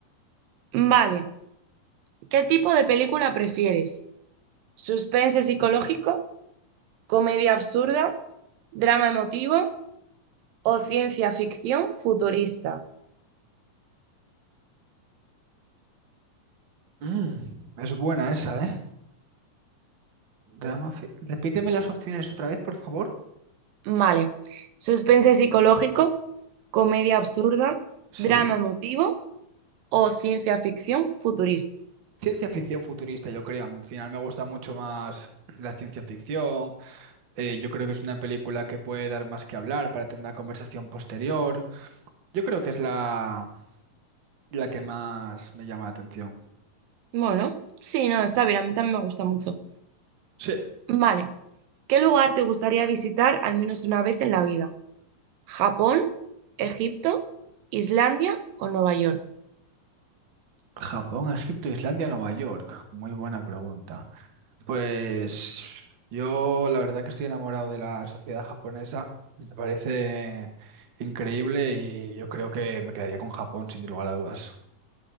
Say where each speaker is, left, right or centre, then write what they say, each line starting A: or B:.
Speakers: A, on the right; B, on the right.
A: vale. ¿Qué tipo de película prefieres? ¿Suspense psicológico? ¿Comedia absurda? ¿Drama emotivo? o ciencia ficción futurista.
B: Mm, es buena esa, ¿eh? Drama fi- Repíteme las opciones otra vez, por favor.
A: Vale. Suspense psicológico, comedia absurda,
B: Sí.
A: drama emotivo o ciencia ficción futurista.
B: Ciencia ficción futurista, yo creo. Al final me gusta mucho más la ciencia ficción, Eh, yo creo que es una película que puede dar más que hablar para tener una conversación posterior. Yo creo que es la, la que más me llama la atención.
A: Bueno, sí, no, está bien, a mí también me gusta mucho.
B: Sí,
A: Vale. ¿Qué lugar te gustaría visitar al menos una vez en la vida? ¿Japón, Egipto, Islandia o Nueva York?
B: Japón, Egipto, Islandia, Nueva York. Muy buena pregunta. Pues yo la verdad que estoy enamorado de la sociedad japonesa. Me parece increíble y yo creo que me quedaría con Japón sin lugar a dudas.